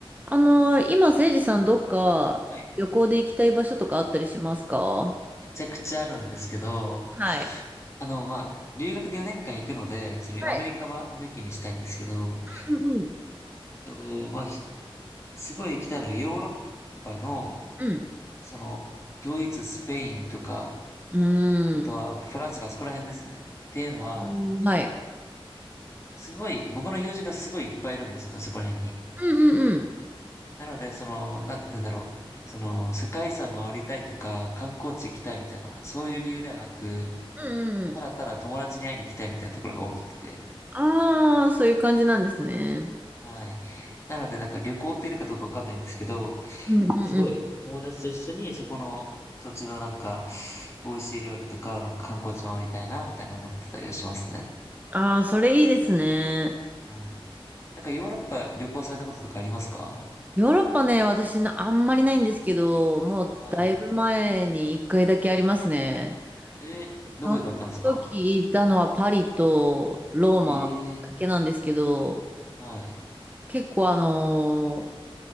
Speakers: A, on the right (about 15°); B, on the left (about 30°).
A: あのー、今、せいじさん、どっか旅行で行きたい場所とかあったりしますか
B: はい。めちゃくちゃあるんですけど、
A: はい。
B: あの、まあ、留学で4年間行くので、そのアメリカは抜きにしたいんですけど、
A: はい。うんうん
B: と、まあ、ひすごい行きたいのがヨーロッパの、
A: うん。
B: その、ドイツ、スペインとか、
A: うん。
B: あとはフランスとかそこら辺ですね。
A: う
B: っていうのは、
A: ーん。はい。
B: すごい、僕の友人がすごいいっぱいいるんですよね、そこら辺に。
A: うんうんうん。
B: なので、その、なんて言うんだろう。その、世界遺産回りたいとか、観光地行きたいみたいな、そういう理由ではなく、
A: うんうんうん。
B: ただただ友達に会いに行きたいみたいなところが大きくて、
A: ああ、そういう感じなんですね。
B: はい。なので、なんか旅行っているかどうかわかんないんですけど、
A: うんうんうん。
B: すごい友達と一緒にそこの土地のなんか、美味しい料理とか、なんか観光地回りたいな、みたいな思ってたりはしますね。
A: ああ、それいいですね。
B: はい。なんかヨーロッパ旅行されたこととかありますか
A: ヨーロッパね、私な、あんまりないんですけど、もうだいぶ前に一回だけありますね。
B: はい。え、どこ行かれたんですか
A: その時行ったのはパリとローマだけなんですけど、
B: ええーはい。
A: 結構あの